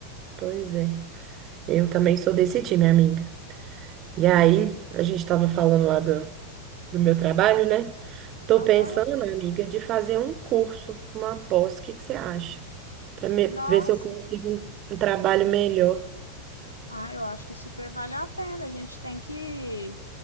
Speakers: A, on the right; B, on the left.
A: Pois é. Eu também sou desse time, amiga. E aí, a gente estava falando lá do, do meu trabalho, né? Tô
B: Aham.
A: pensando, né, amiga, de fazer um curso, uma pós, o que que você acha? para ver
B: Nossa.
A: se eu consigo um, um trabalho melhor.
B: Ah, eu acho que super vale a pena. A gente tem que